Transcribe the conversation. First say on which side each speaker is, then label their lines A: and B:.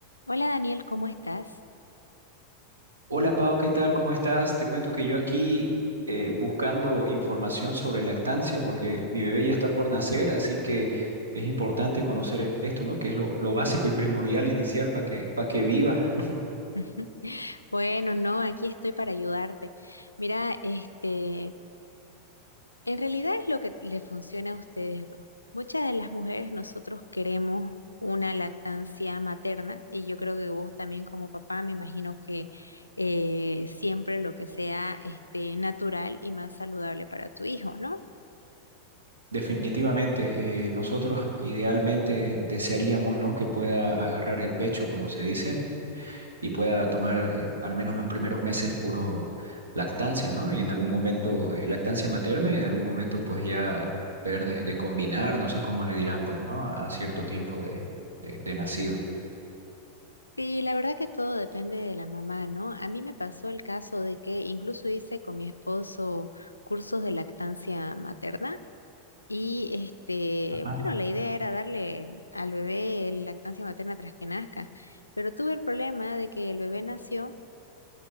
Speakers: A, on the left; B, on the right.
A: Hola Daniel, ¿cómo estás?
B: Hola Pau, ¿qué tal? ¿Cómo estás? Te cuento que yo aquí eh, buscando información sobre lactancia porque mi bebé ya está por nacer, así que es importante conocer esto, ¿no? Que es lo, lo básico y primordial inicial para que, para que viva.
A: Ujú. Bueno, no, aquí estoy para ayudarte. Mira, este, en realidad es lo que le funciona a ustedes dos. Muchas de las mujeres nosotros queremos una lactancia materna y yo creo que vos también como papá me imagino que eh, siempre lo que sea este, natural y más saludable para tu hijo, ¿no?
B: <laughs> Definitivamente, eh, nosotros idealmente desearíamos, ¿no? Que pueda agarrar el pecho, como se dice y pueda tomar eh, al menos los primeros meses puro lactancia, ¿no? Y en algún momento, eh, lactancia materna y en algún momento pues ya ver de, de combinar, no sé cómo le dirán pues, ¿no? A, a cierto tiempo de, de- de nacido.
A: Sí, la verdad que todo depende de la mamá, ¿no? A mí me pasó el caso de que incluso hice con mi esposo cursos de lactancia materna y este,
B: Ah,
A: bueno, la idea era darle al bebé el- lactancia materna tras que nazca, pero tuve el problema de que el bebé nació